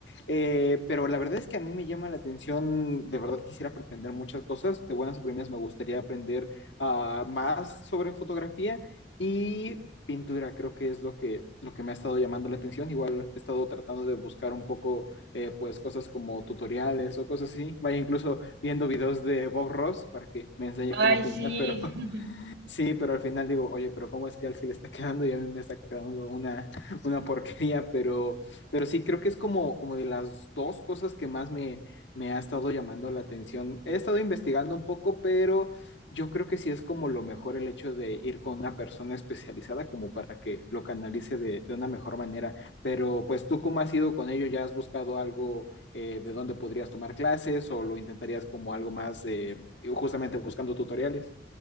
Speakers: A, on the left; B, on the right.
A: Eh, pero la verdad es que a mí me llama la atención, de verdad quisiera aprender muchas cosas, de buenas a primeras me gustaría aprender ah, más sobre fotografía. Y pintura creo que es lo que, lo que me ha estado llamando la atención. Igual he estado tratando de buscar un poco, eh, pues, cosas como tutoriales o cosas así. Vaya, incluso viendo videos de Bob Ross para que me enseñe
B: Ay,
A: cómo pintar,
B: sí.
A: pero
B: <laughs>
A: Sí, pero al final digo, oye, pero ¿cómo es que a él sí le está quedando y a mí me está quedando una, una porquería? Pero, pero sí, creo que es como, como de las dos cosas que más me, me ha estado llamando la atención. He estado investigando un poco, pero yo creo que sí es como lo mejor el hecho de ir con una persona especializada como para que lo canalice de, de una mejor manera. Pero pues tú, ¿cómo has ido con ello? ¿Ya has buscado algo eh, de donde podrías tomar clases o lo intentarías como algo más eh, justamente buscando tutoriales?